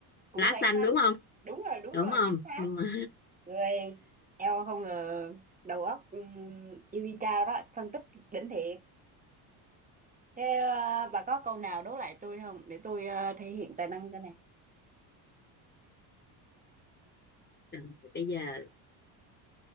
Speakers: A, on the right; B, on the left.
A: củ
B: lá
A: cải
B: xanh
A: xanh
B: đúng không
A: đúng rồi đúng
B: đúng
A: rồi
B: không
A: chính xác
B: đúng rồi
A: người eo không ngờ đầu óc um, Yuvika đó phân tích đỉnh thiệt thế ờ, bà có câu nào đố lại tôi không để tôi ờ, thể hiện tài năng cho nè
B: <laughs> bây giờ